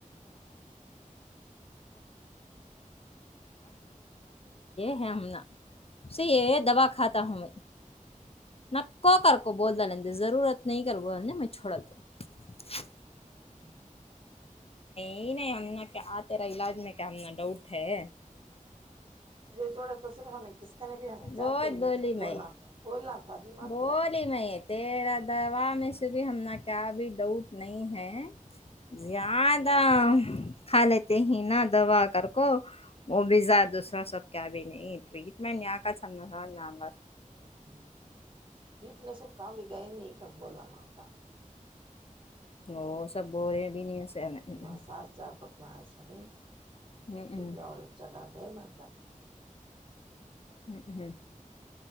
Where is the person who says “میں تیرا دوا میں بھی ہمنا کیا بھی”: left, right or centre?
Left